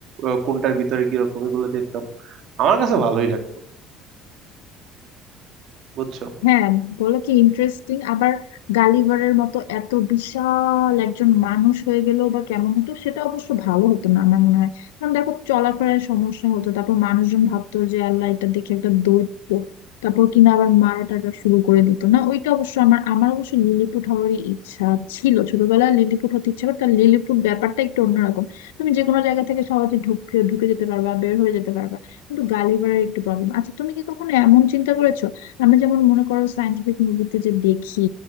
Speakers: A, on the right; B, on the left.
A: আহ, কোনটার ভিতরে কিরকম এগুলো দেখতাম আমার কাছে ভালোই লাগতো বুঝছো
B: হ্যাঁ বলো কি ইন্টারেস্টিং আবার গালিভারের মতো এত বিশাল একজন মানুষ হয়ে গেল বা কেমন হতো সেটা অবশ্য ভালো হতো না আমার মনে হয় কারণ দেখো চলাফেরায় সমস্যা হতো তারপর মানুষজন ভাবতো যে আল্লাহ এটা দেখে একটা দৈত্য তারপর কিনা আবার মারা টারা শুরু করে দিত না ওইটা অবশ্য আমার আমার অবশ্য লিলিপুট হওয়ারই ইচ্ছা ছিল ছোটবেলায় লিলিপুট হতে ইচ্ছা করতো আর লিলিপুট ব্যাপারটা একটু অন্যরকম তুমি যে কোনো জায়গা থেকে সহজে ঢুকে ঢুকে যেতে পারবা বের হয়ে যেতে পারবা কিন্তু গালিভারের একটু প্রবলেম আচ্ছা তুমি কি কখনো এমন চিন্তা করেছো আমরা যেমন মনে করো সায়েন্টিফিক মুভিতে যে দেখি